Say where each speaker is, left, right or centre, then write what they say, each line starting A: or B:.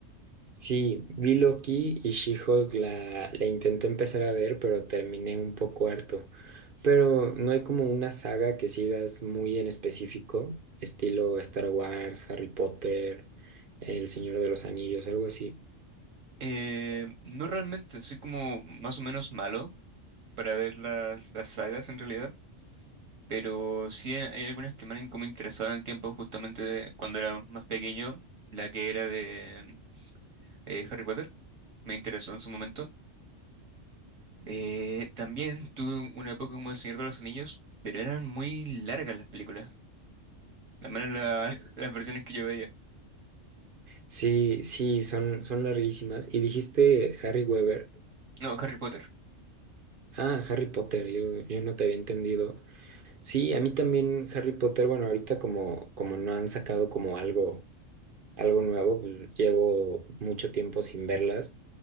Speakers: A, on the right (about 45°); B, on the right (about 70°).
A: Sí, vi Loki y She-Hulk la, la intenté empezar a ver, pero terminé un poco harto. Pero no hay como una saga que sigas muy en específico, estilo Star Wars, Harry Potter, El Señor de los Anillos, algo así.
B: Eh, no realmente, soy como más o menos malo para ver las, las sagas en realidad, pero sí hay hay algunas que me han como interesado en el tiempo justamente de- cuando era más pequeño, la que era de eh, Harry Potter, me interesó en su momento. Eh, también tuve una época como El Señor de los Anillos, pero eran muy largas las películas, al menos la- <laughs> las versiones que yo veía.
A: Sí, sí, son, son larguísimas. Y dijiste Harry Weber.
B: No, Harry Potter.
A: Ah, Harry Potter, yo, yo no te había entendido. Sí, a mí también Harry Potter, bueno, ahorita como, como no han sacado como algo, algo nuevo, pues llevo mucho tiempo sin verlas.